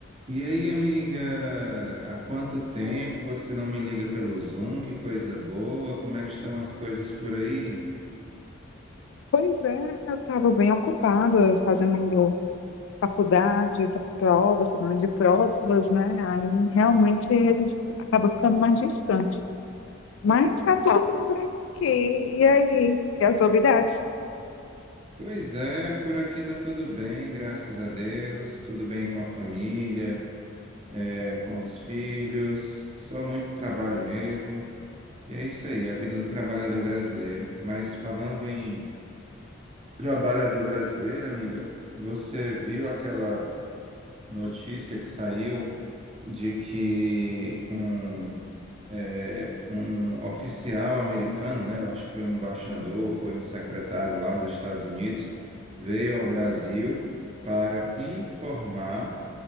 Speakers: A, on the right (about 30°); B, on the left (about 70°).
A: E aí, amiga, há quanto tempo você não me liga pelo Zoom? Que coisa boa! Como é que estão as coisas por aí?
B: Pois é, eu estava bem ocupada fazendo faculdade, tá- prova, semana de provas, né? Aí realmente a gente acaba ficando mais distante. Mas tá tudo bem por aqui. E aí? E as novidades?
A: Pois é, por aqui tá tudo bem, graças a Deus. Tudo bem com a família, é, com os filhos. Só muito trabalho mesmo. E é isso aí, é a vida do trabalhador brasileiro. Mas falando em trabalhador brasileiro, amiga, você viu aquela notícia que saiu de que um é, um oficial americano, né? Eu acho que foi um embaixador, foi um secretário lá dos Estados Unidos, veio ao Brasil para informar,